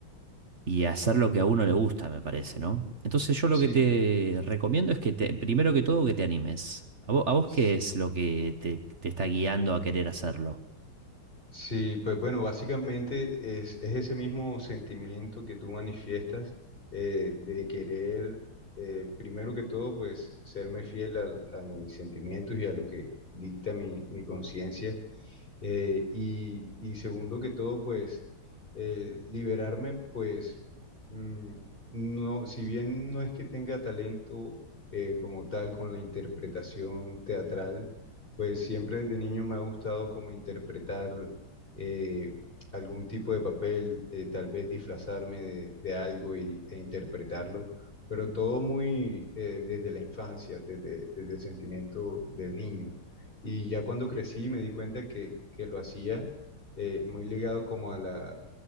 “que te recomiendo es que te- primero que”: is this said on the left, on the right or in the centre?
Right